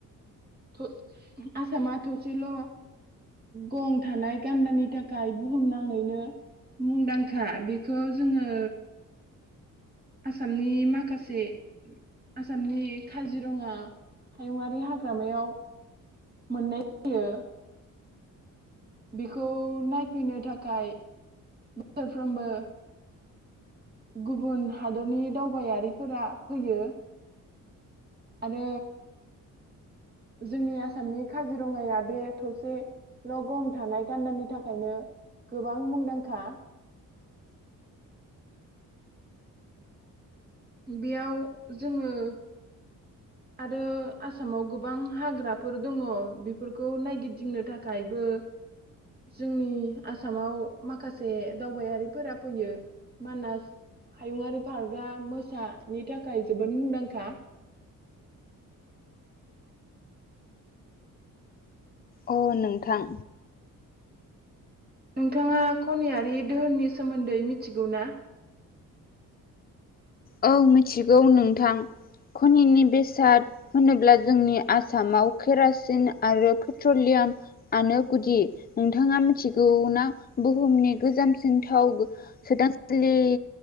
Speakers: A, on the right (about 30°); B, on the left (about 30°).
A: थ' आसामा थसेल' गं थानाय गान्दानि थाखाय बुहुमनाङैनो मुंदांखा बेखौ जोङो आसामनि माखासे आसामनि काजिरङा हायुंआरारि हाग्रामायाव मोननाय जायो। बेखौ नायफैनो थाखाय बोफ्रोमबो गुबुन हादरनि दावबायारिफोरा फैयो आरो जोंनि आसामनि काजिरङाया बे थसेल' गं थानाय गान्दानि थाखायनो गोबां मुंदांखा बेयाव जोङो आरो आसामाव गोबां हाग्राफोर दङ बेफोरखौ नायगिदिंनो थाखायबो जोंनि आसामाव माखासे दावबायारिफोरा फैयो मानास हायुंङारि पार्कआ मोसानि थाखाय जोबोद मुंदांखा।
B: अ नोंथां।
A: नोंथाङा खनियारि दोहोननि सोमोन्दै मिथिगौ ना?
B: औ मिथिगौ नोंथां खनिनि बेसाद होनोब्ला जोंनि आसामाव केरासिन आरो पेट्रलियामआनो गुदि। नोंथाङा मिथिगौना बुहुमनि गोजामसिन थाव सोदांसालि